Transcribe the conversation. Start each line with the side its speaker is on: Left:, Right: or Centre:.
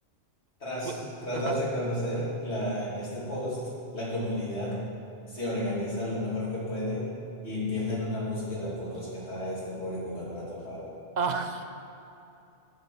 Left: Tras,
Right: Fu-
Left: tras
Right: Ajá.
Left: darse a conocer la, este post, la comunidad se organiza lo mejor que puede y empieza en una búsqueda por rescatar a este pobre jugador atrapado.
Right: Ah,